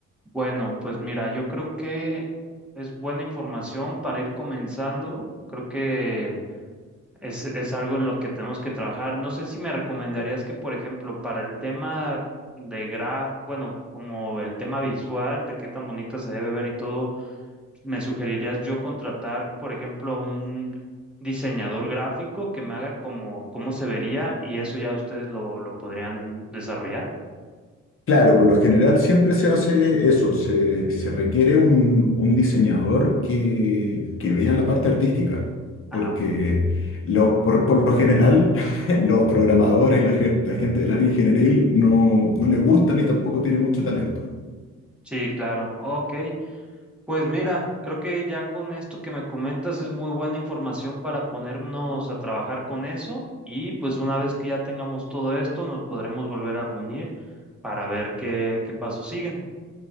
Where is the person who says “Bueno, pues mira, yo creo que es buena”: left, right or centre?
Centre